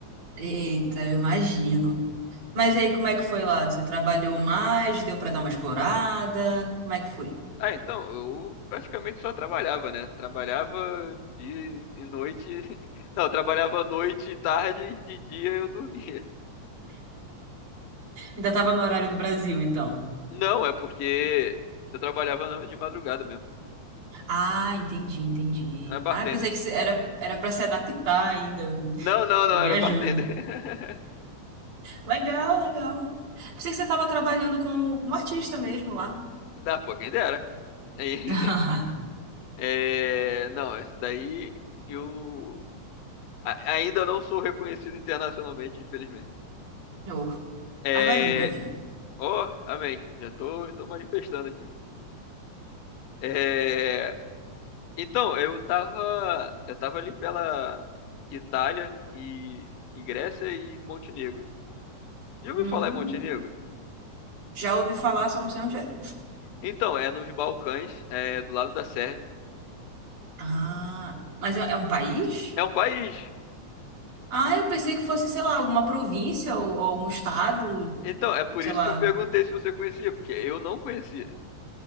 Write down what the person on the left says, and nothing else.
Ah, então, eu praticamente só trabalhava, né? Trabalhava dia e noite. <laughs> Não, trabalhava noite e tarde e de dia eu dormia. <laughs>
Não, é porque eu trabalhava na- de madrugada mesmo.
Era bartender.
Não, não, não,
era bartender. <laughs>
Dá, pô, quem dera. Aí, <laughs>
É, não, isso daí eu. A- ainda não sou reconhecido internacionalmente, infelizmente.
É...
Oh, amém. Já tô, tô manifestando aqui. É... Então, eu tava, eu tava ali pela Itália e, e Grécia e Montenegro. Já ouviu
falar em Montenegro?
Então, é nos Balcãs, é do lado da Sérvia.
É um país.
Então, é por
isso
que eu perguntei se você conhecia, porque eu não conhecia.